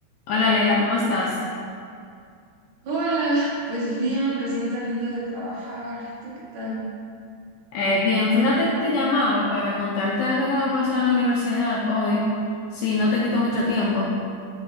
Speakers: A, on the left; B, on the right.
A: Hola Leila, ¿cómo estás?
B: Hola, pues bien, recién saliendo de trabajar. ¿Tú qué tal?
A: Eh, bien, fíjate que te llamaba para contarte algo que me pasó en la universidad hoy. Sí, no te quito mucho tiempo.